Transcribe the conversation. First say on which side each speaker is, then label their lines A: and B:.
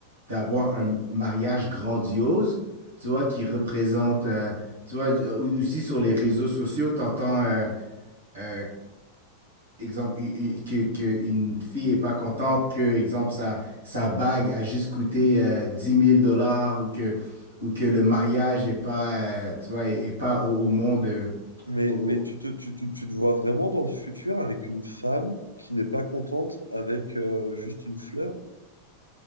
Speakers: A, on the right; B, on the right.
A: d'avoir un mariage grandiose, tu vois, qui représente, euh, tu vois, ou- aussi sur les réseaux sociaux, t'entends euh, euh, exemple, u- u- que, que une fille est pas contente que, exemple, sa, sa bague a juste coûté euh, 10 000 dollars ou que, ou que le mariage est pas, euh, tu vois, est, est pas au, au monde. euh,
B: Mais,
A: au- au-
B: mais
A: au-
B: tu te, tu, te- tu te vois vraiment dans le futur avec une femme qui n'est pas contente avec euh, juste une fleur?